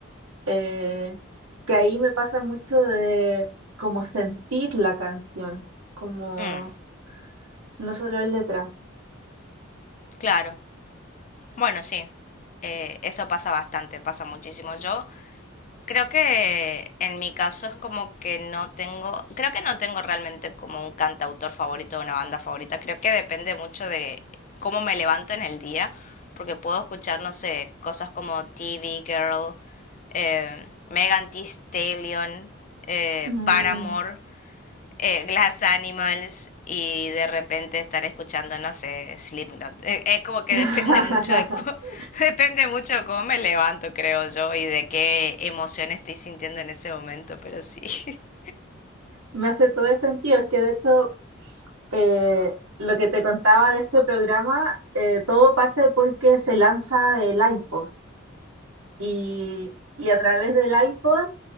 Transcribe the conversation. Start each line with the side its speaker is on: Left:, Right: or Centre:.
Right: eh, que ahí me pasa mucho de como sentir la canción, como
Left: mm,
Right: no solo la letra.
Left: claro, bueno, sí, eh, eso pasa bastante, pasa muchísimo. Yo Creo que en mi caso es como que no tengo, creo que no tengo realmente como un cantautor favorito o una banda favorita. Creo que depende mucho de cómo me levanto en el día, porque puedo escuchar, no sé, cosas como TV Girl, eh, Megan Thee Stallion, eh,
Right: Mm.
Left: Paramore, eh, Glass Animals y de repente estar escuchando, no sé, Slipknot. Eh, Es como que
Right: <laughs>
Left: depende mucho de co- <laughs> depende mucho de cómo me levanto, creo yo, y de qué emoción estoy sintiendo en ese momento, pero sí. <laughs>
Right: Me hace todo el sentido, es que de hecho eh, lo que te contaba de este programa, eh, todo parte porque se lanza el iPod. Y, y a través del iPod,